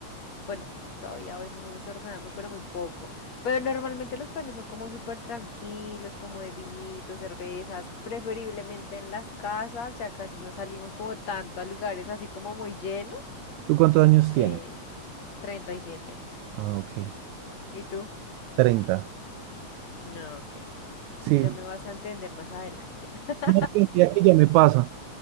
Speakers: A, on the left; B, on the right.
A: Bueno, todavía a veces nos desordenamos, pero muy poco. Pero normalmente los planes son como súper tranquilos, como de vinitos, cervezas, preferiblemente en las casas, ya casi no salimos como tanto a lugares así como muy llenos.
B: ¿Tú cuántos años tienes?
A: Eh, 37.
B: Ah, ok.
A: ¿Y tú?
B: treinta
A: No, ok.
B: Sí.
A: Ya me vas a entender más adelante. <laughs>
B: No, pero mira que ya me pasa.